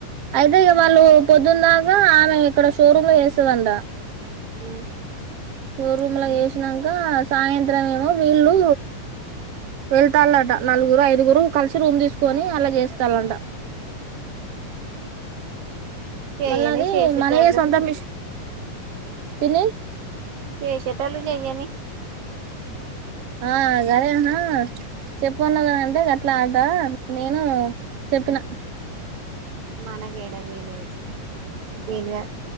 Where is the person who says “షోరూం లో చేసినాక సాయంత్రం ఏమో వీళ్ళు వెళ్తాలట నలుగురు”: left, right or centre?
Right